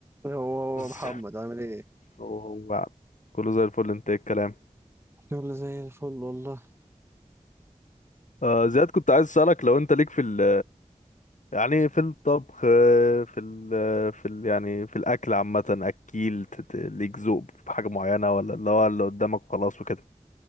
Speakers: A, on the right; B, on the left.
A: هو
B: بس
A: هو محمد عامل ايه
B: وهو كله زي الفل انت ايه الكلام
A: شغل زي الفل والله
B: آه زياد كنت عايز اسالك لو انت ليك في ال يعني في الطبخ في ال في ال يعني في الاكل عامه اكيل ت- ت- ليك ذوق في حاجه معينه ولا اللي هو اللي قدامك وخلاص وكده